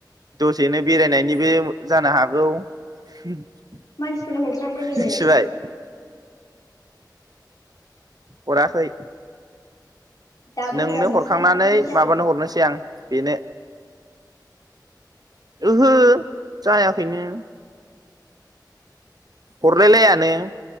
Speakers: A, on the right (about 55°); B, on the left (about 55°).
A: दसेनो बेरायनायनिबो जानो हागौ। मिनथिबाय
B: मानसिफोरनो हरखांबाय नोङो
A: हराखै
B: दाबो
A: नोंनो
B: हरा नोंसिना
A: हरखांनानै
B: दाख्लैनो जादों
A: माबानो हरनोसै आं बेनो ओहो जायाखैनो हरलायलायानो